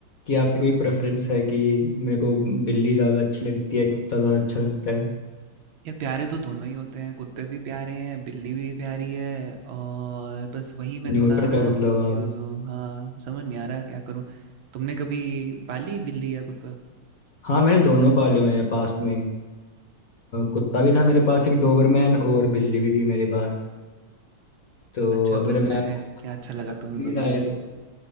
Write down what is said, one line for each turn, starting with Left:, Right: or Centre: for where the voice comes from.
Left: कि आपकी कोई प्रेफरेंस है कि मेरे को बिल्ली ज़्यादा अच्छी लगती है कुत्ता ज़्यादा अच्छा लगता है
Right: यार प्यारे तो दोनों ही होते हैं कुत्ते भी प्यारे हैं बिल्ली भी प्यारी है और बस वही मैं
Left: न्यूट्रल
Right: थोड़ा ना
Left: हो मतलब
Right: कंफ्यूज
Left: आप
Right: हूँ हाँ समझ नहीं आ रहा क्या करूँ तुमने कभी पाली बिल्ली या कुत्ता
Left: हाँ मैंने दोनों पाले हुए हैं पास्ट में अ, कुत्ता भी था मेरे पास एक डोबरमैन और बिल्ली भी थी मेरे पास तो
Right: अच्छा
Left: अगर
Right: तो उनमें
Left: मैं आपको
Right: से क्या अच्छा लगा
Left: अपनी
Right: तुम्हें दोनों
Left: राय
Right: में
Left: दूं
Right: से